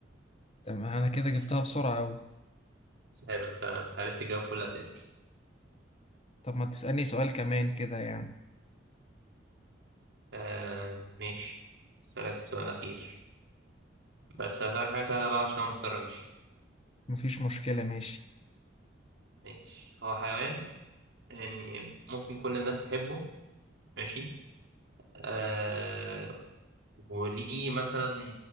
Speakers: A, on the left; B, on the right.
A: تمام أنا كده جبتها
B: س-
A: بسرعة أوي
B: سهل أنت أنت عرفت تجاوب كل أسئلتي
A: طب ما تسألني سؤال كمان كده يعني
B: آه ماشي أسألك سؤال أخير بس هسألك حاجة سهلة بقى عشان أنا مضطر أمشي
A: مفيش مشكلة ماشي
B: ماشي هو حيوان يعني ممكن كل الناس تحبه ماشي آه وليه مثلا